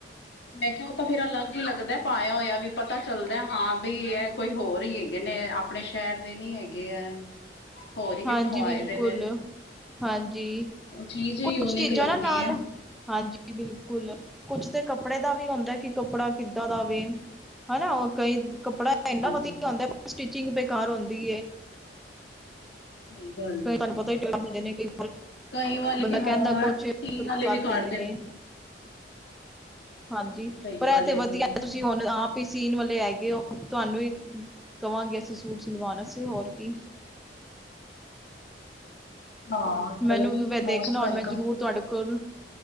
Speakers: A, on the left (about 70°); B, in the centre.
A: ਮੈਂ ਕਿਹਾ ਉਹ ਤਾਂ ਫੇਰ ਅਲੱਗ ਹੀ ਲੱਗਦਾ ਪਾਇਆ ਹੋਇਆ, ਵੀ ਪਤਾ ਚੱਲਦਾ ਹਾਂ ਵੀ ਇਹ ਕੋਈ ਹੋਰ ਹੀ ਹੈ। ਹੈਗੇ ਨੇ ਆਪਣੇ ਸ਼ਹਿਰ ਦੇ ਨੀ ਹੈਗੇ ਹੈ। ਹੋਰ ਹੀ ਕਿੱਥੋਂ
B: ਹਾਂਜੀ
A: ਆਏ
B: ਬਿਲਕੁਲ।
A: ਦੇ ਨੇ
B: ਹਾਂਜੀ,
A: ਉਹ ਚੀਜ਼ ਯੂਨੀਕ
B: ਕੁਛ ਚੀਜ਼ਾਂ
A: ਲੱਗਦੀ
B: ਨਾ ਨਾਲ
A: ਹੈ
B: ਹਾਂਜੀ। ਬਿਲਕੁਲ ਕੁਛ ਤਾਂ ਕੱਪੜੇ ਦਾ ਵੀ ਹੁੰਦਾ ਕਿ ਕੱਪੜਾ ਕਿੱਦਾਂ ਦਾਵੇ। ਹਨਾ ਉਹ ਕਈ ਕੱਪੜਾ ਇੰਨਾ
A: ਹਾਂਜੀ
B: ਵਧੀਆ ਹੁੰਦਾ ਸਟਿਚਿੰਗ ਬੇਕਾਰ ਹੁੰਦੀ।
A: ਨਹੀਂ ਬ
B: ਕਈ ਤੁਹਾਨੂੰ ਪਤਾ ਹੀ ਟੋ ਦਿੰਦੇ।
A: ਕਈ ਵਾਲੇ
B: ਬੰਦਾ
A: ਕਿ ਹਾਂ
B: ਕਹਿੰਦਾ ਕੁਛ
A: ਸੀਨ ਵਾਲੇ
B: ਕਰ
A: ਵੀ ਕੱਢ
B: ਦਿੰਦੇ ਨੇ। ਹਾਂਜੀ,
A: ਸਹੀ
B: ਪਰ
A: ਗੱਲ
B: ਇਹ ਤੇ
A: ਹੈਗੀ
B: ਵਧੀਆ
A: ਹੈ
B: ਤੁਸੀਂ ਹੁਣ ਆਪ ਹੀ ਸੀਨ ਵਾਲੇ ਹੈਗੇ, ਉਹ ਤੁਹਾਨੂੰ ਵੀ ਕਹਾਂਗੇ, ਅਸੀਂ ਸੂਟ ਸਿਲਵਾਨਾ ਸੀ ਹੋਰ ਕੀ।
A: ਹਾਂ। ਕੋਈ
B: ਮੈਨੂੰ
A: ਨੀ ਮੋਸਟ
B: ਦੇਖਣਾ
A: ਵੈਲਕਮ
B: ਔਰ ਮੈਂ ਜ਼ਰੂਰ ਤੁਹਾਡੇ ਕੋਲ